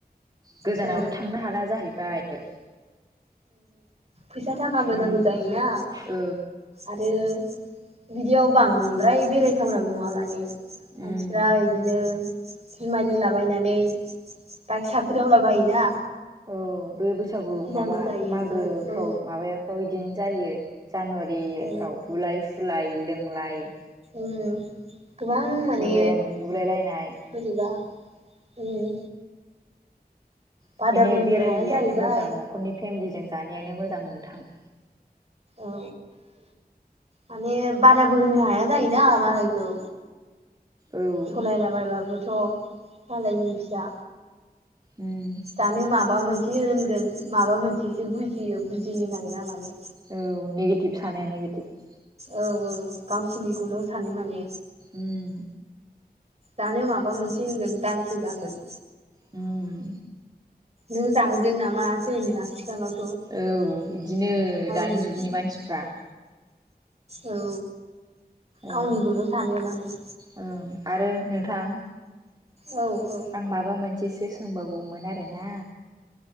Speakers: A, on the right; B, on the right.
A: गोजानावल'
B: औ
A: थांनो हाला जाहैबाय।
B: फैसा थाखाबो
A: उम
B: नांगौ जायोना
A: औ
B: आरो। बिदियाव बांद्राय बेरायथावनाबो नङा माने मानसिफ्रा
A: उम
B: इदिनो जुमाय लोंलाबायनानै बाइक साखोदावला बायोना।
A: औ बे बैसागु
B: गिनांगौ
A: माबा
B: जायो एसे
A: मागोफ्राव
B: औ
A: माबाफ्राव बिदिनो जायो। जानुवारिफ्राव
B: औ
A: बुलाय सुलाय लोंलाय
B: ओम गोबां माने
A: लोंलायलायनानै बुलायलायनाय
B: बोरैबा उम बादाबो
A: ओंखायनो
B: होनो
A: बेरायैआानो
B: हाया जाहैबाय
A: मोजां न'खरनि फेमिलिजों जानायानो मोजां नोंथां।
B: औ माने बाराबो होनो हाया जायोना मालायखौ।
A: औ उम
B: सालायलाबायबाबोथ'। मालायनि फिसा
A: उम
B: दानो माबा मोन एसे होनगोन माबा मोनसेसो बुजियो बुजिनो नागिरा माने।
A: औ नेगेटिभ सानो नेगेटिभ।
B: औ औ गावसिनिखौल' सानो माने।
A: उम
B: दानो माबा मोनसे होनगोन दायसो जागोन।
A: उम।
B: नों जाहोदों नामासो होनो आथिखालाव।
A: औ बिदिनो दानि
B: मोनसे
A: जुगनि मानसिफ्रा।
B: औ गावनिखौल'
A: औ
B: सानो माने।
A: ओं आरो नोंथां
B: औ औ
A: आं माबा मोनसे सोंनो सोंबावगौमोन आरोना।